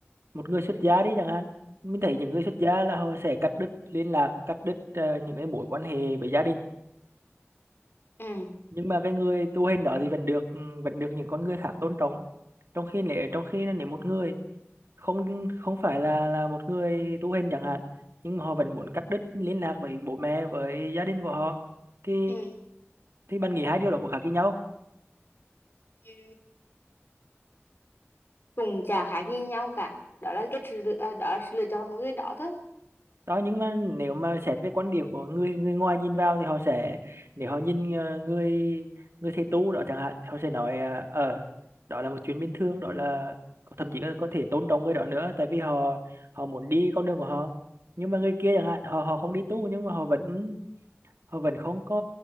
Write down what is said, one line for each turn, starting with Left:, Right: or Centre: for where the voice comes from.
Right: một người xuất gia đi chẳng hạn mình thấy những người xuất gia là họ sẽ cắt đứt liên lạc cắt đứt ờ, những cái mối quan hệ với gia đình
Left: ừ
Right: nhưng mà cái người tu hành đó thì vẫn được ừ, vẫn được những con người khác tôn trọng trong khi nếu trong khi nếu một người không không phải là là một người tu hành chẳng hạn nhưng mà họ vẫn muốn cắt đứt liên lạc với bố mẹ với gia đình của họ thì
Left: ừ
Right: thì bạn nghĩ hai điều đó có khác với nhau
Left: ừ. cùng chả khác gì nhau cả đó là cái sự lựa, ờ, đó là sự lựa chọn của người đó thôi
Right: đó nhưng mà nếu mà xét về quan điểm của người người ngoài nhìn vào thì họ sẽ nếu họ nhìn ờ, người người thầy tu đó chẳng hạn họ sẽ nói ờ ờ, đó là một chuyện bình thường đó là có- thậm chí là có thể tôn trọng người đó nữa tại vì họ họ muốn đi con đường của họ nhưng mà người kia chẳng hạn họ họ không đi tu nhưng mà họ vẫn họ vẫn không có